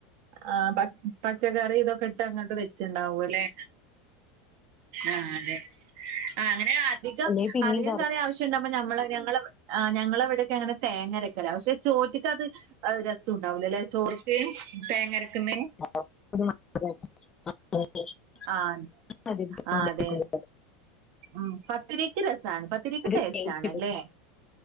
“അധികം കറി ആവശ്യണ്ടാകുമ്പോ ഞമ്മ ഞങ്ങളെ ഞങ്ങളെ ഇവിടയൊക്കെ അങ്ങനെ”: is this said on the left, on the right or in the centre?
Right